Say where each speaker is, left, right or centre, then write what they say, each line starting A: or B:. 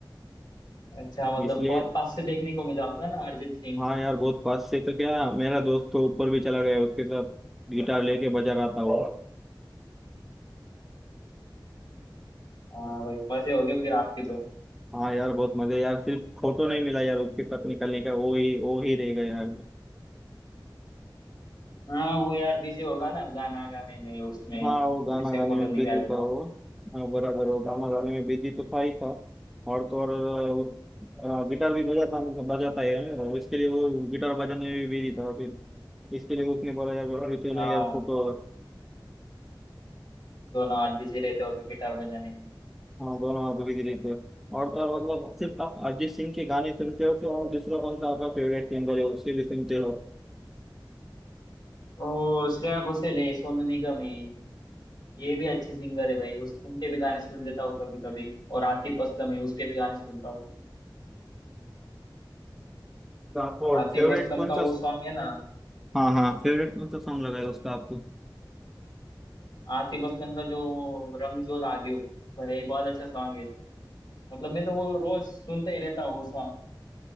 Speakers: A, on the left (about 60°); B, in the centre.
A: अच्छा मतलब
B: इसलिए
A: बहुत पास से देखने को मिला होगा ना अरिजीत सिंह
B: हाँ यार बहुत पास से तो क्या मेरा दोस्त तो ऊपर भी चला गया उसके साथ गिटार लेके बजा रहा था वो
A: हाँ भाई मजे हो गए फिर आपके तो
B: हाँ यार बहुत मजे यार सिर्फ फोटो नहीं मिला यार उसके साथ निकलने का वो ही वो ही रह गया यार
A: हाँ वो यार बिजी होगा ना गाना गाने में उसमें
B: हाँ वो गाना
A: वो कैसे
B: गाने
A: फोटो
B: में
A: निकालेगा
B: बिजी था वो हाँ, बराबर वो गाना गाने में बिजी तो था ही था और तो और अ, गिटार भी बजाता बजाता है और इसके लिए वो गिटार बजाने में भी बिजी था फिर इसके लिए उसने बोला यार अभी क्यों
A: हाँ
B: नहीं यार फोटो
A: दोनों हाथ बिजी रहते होंगे गिटार बजाने में
B: हाँ दोनों आप बिजी रहते हो और तो और मतलब सिर्फ आप अरिजीत सिंह के गाने सुनते हो तो और दूसरा कौन सा आपका फेवरेट सिंगर है उसके लिए सुनते हो
A: ओ श्रेया घोषाल है सोनू निगम है ये भी अच्छे सिंगर है भाई उस उनके भी गाने सुन लेता हूँ कभी कभी और आतिफ असलम है उसके भी गाने सुनता हूँ
B: तो आपको
A: आतिफ
B: फेवरेट
A: असलम
B: कौन
A: का
B: सा
A: वो सॉन्ग है ना
B: हाँ हाँ फेवरेट मतलब सॉन्ग लगाया उसका आपको
A: आतिफ असलम का जो रंग जो लागियो भाई बहुत अच्छा सॉन्ग है मतलब मैं तो वो रोज सुनते ही रहता हूँ वो सॉन्ग